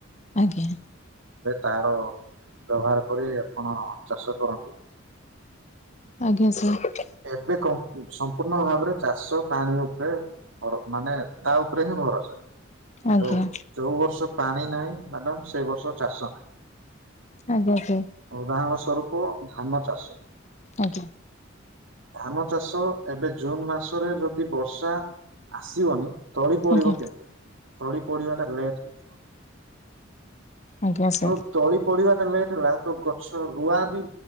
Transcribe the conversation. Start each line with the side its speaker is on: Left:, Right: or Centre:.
Left: ଆଜ୍ଞା।
Right: ତାର ବ୍ୟବହାର କରି ଆପଣ ଚାଷ କରନ୍ତି।
Left: ଆଜ୍ଞା ସାର୍।
Right: ଏବେ ସମ୍ପୂର୍ଣ୍ଣ ଭାବରେ ଚାଷ ପାଣି ଉପରେ ମାନେ ତା ଉପରେ ହିଁ ଭରସା
Left: ଆଜ୍ଞା
Right: ଯୋଉଁ ଯୋଉଁ ବର୍ଷ ପାଣି ନାହିଁ। ମ୍ୟାଡ଼ମ ସେ ବର୍ଷ ଚାଷ ନାହିଁ।
Left: ଆଜ୍ଞା ସାର୍
Right: ଉଦାହରଣ ସ୍ୱରୂପ ଧାନ ଚାଷ।
Left: ଆଜ୍ଞା।
Right: ଧାନ ଚାଷ ଏବେ ଜୁନ ମାସରେ ଯଦି ବର୍ଷା ଆସିବନି ତଳି ପଡ଼ିବ
Left: ଆଜ୍ଞା
Right: କେମିତି? ତଳି ପଡ଼ିବା ଟା ଲେଟ ହେଇଯିବ।
Left: ଆଜ୍ଞା ସାର୍
Right: ତ ତଳି ପଡିବା ଟା ଲେଟ ହେଲା ତ ଗଛ ରୁଆ ବି